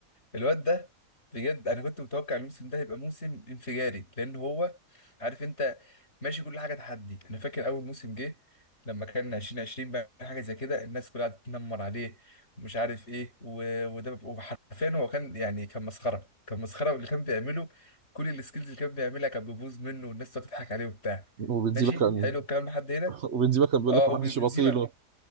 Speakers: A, on the left; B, on the right.
A: الواد ده بجد انا كنت متوقع الموسم ده هيبقى موسم انفجاري لان هو عارف انت ماشي كل حاجه تحدي انا فاكر اول موسم جه لما كان 2020 بقى حاجه زي كده الناس كلها قعدت تنمر عليه ومش عارف ايه و- وده وحرفيا هو كان يعني كان مسخره كان مسخره اللي كان بيعمله كل السكيلز اللي كان بيعملها كان بيبوظ منه والناس تقعد تضحك عليه وبتاع
B: وبنزيما
A: ماشي
B: يا اسطى كان
A: حلو الكلام لحد هنا
B: <laughs> وبنزيما كان بيقول
A: اه
B: لك
A: وبنزيما
B: محدش يبصيله